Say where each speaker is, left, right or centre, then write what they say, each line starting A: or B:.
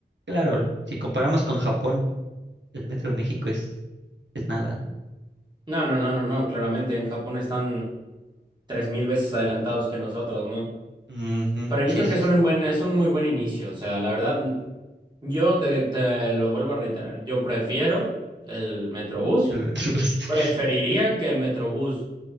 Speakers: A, on the right; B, on the right.
A: Claro, si comparamos con Japón, el metro de México es, es nada, ¿no?
B: No, no, no, no, no, claramente en Japón están tres mil veces adelantados que nosotros, ¿no?
A: Ujú,
B: Pero yo
A: sí,
B: creo
A: sí,
B: que es
A: sí,
B: un buen, es un muy buen inicio, o sea, la verdad, yo te, te lo vuelvo a reiterar, yo prefiero el Metrobús.
A: el metro <laughs>
B: Preferiría que el Metrobús